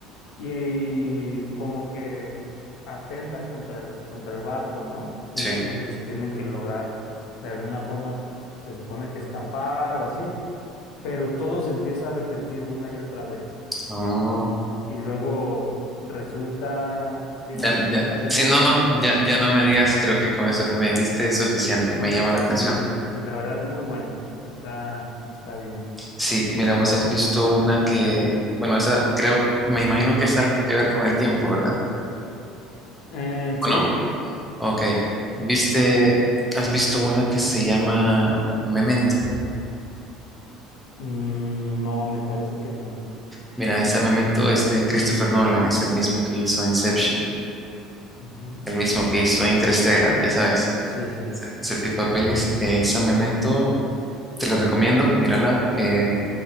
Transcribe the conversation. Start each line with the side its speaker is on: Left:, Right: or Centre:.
Left: y, como que atentan contra el, contra el barco, ¿no? Entonces,
Centre: sí.
Left: pues tienen que lograr de alguna forma, se supone que escapar o así, pero todo se empieza a repetir una y otra vez,
Centre: Oh,
Left: ¿no? Y luego resulta, digo,
Centre: ya,
Left: no te quisiera
Centre: ya.
Left: hacer
Centre: Si
Left: mucho
Centre: no,
Left: spoiler,
Centre: no, ya, ya no
Left: pero
Centre: me digas, creo que con eso que me dijiste es suficiente, me llama la atención.
Left: sí, y la verdad muy buena, está, está bien.
Centre: Sí, mira, vos has visto una que, bueno, esa creo, me imagino que es algo que ver con el tiempo, ¿verdad?
Left: Eh,
Centre: ¿O
Left: sí,
Centre: no? Ok. ¿Viste,
Left: más o menos.
Centre: has visto una que se llama Memento?
Left: Mm, no, me parece que no.
Centre: Mira, esa Memento es de Christopher Nolan, es el mismo que hizo Inception.
Left: Ujú.
Centre: El mismo que hizo Interstellar, ya sabes,
Left: Sí, sí, sí,
Centre: ese tipo de pelis. Eh, esa Memento, te la recomiendo, mírala, eh,